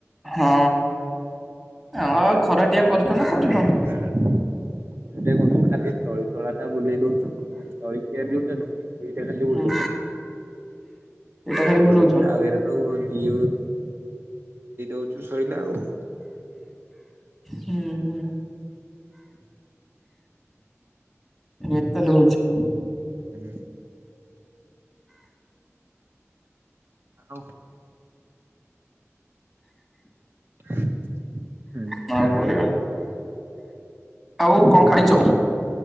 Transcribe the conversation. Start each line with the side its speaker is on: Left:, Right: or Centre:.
Centre: ହଁ ହଁ ଆଉ ଖରା ଟିଆ କରିଚୁନା କରିନୁ?
Right: ସେଟି ଗଲୁ ଖାଲି ତଳି ତଳା ଟା ବୁଲେଇ ଦୋଉଚୁ ତଳି କିଆରି ଟା ଖାଲି ସେଇଟା ଖାଲି ବୁଲୋଉଛି
Centre: ହୁଁ
Right: ସେଇଟା
Centre: ଏଇଟା ଖାଲି ବୁଲଉଛ
Right: ବୁଲେଇଦେଲେ ଆଉ ଏରା ସବୁ ଦେଇ <unintelligible> ଶୋଇଲା ଆଉ
Centre: ହୁଁ ହୁଁ। ମିତାହାଲେ ହୋଉଚି
Right: ହୁଁ। ଆଉ। ହୁଁ।
Centre: କ'ଣ ଆଉ କରିବା। ଆଉ କ'ଣ ଖାଇଛ?